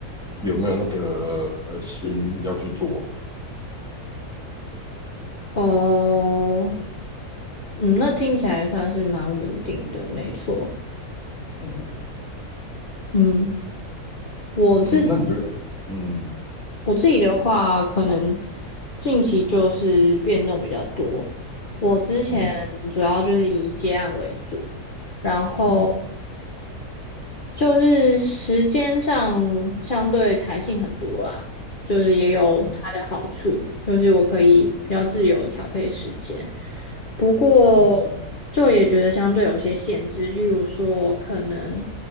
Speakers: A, in the centre; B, on the left.
A: 有没有那个呃心要去做。
B: 哦，嗯，那听起来算是蛮稳定的，没错。
A: 嗯
B: 嗯。我自
A: 嗯，那你就嗯
B: 我自己的话，可能近期就是变动比较多。我之前主要就是以接案为主，
A: 嗯
B: 然后
A: 嗯
B: 就是时间上相对弹性很多啦，就是也有它的好处，
A: 嗯，
B: 就是我可以比较自由地调配时间。不过就也觉得相对有些限制，
A: 嗯
B: 例如说可能。